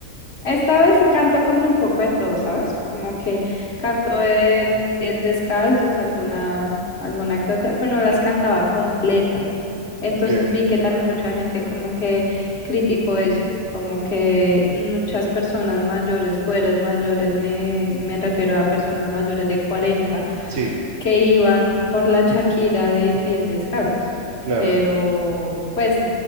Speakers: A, on the left; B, on the right.
A: Esta vez sí canto como un poco de todo, ¿sabes? Como que canto de
B: Mm,
A: pies descalzos, alguna, alguna que otra, pero no las cantaba completas. Entonces
B: Ok,
A: vi que también mucha gente como que criticó eso, como que muchas personas mayores, fueras mayores, me, me refiero a personas mayores de 40
B: sí,
A: que iban por la Shakira de pies descalzos,
B: claro.
A: pero pues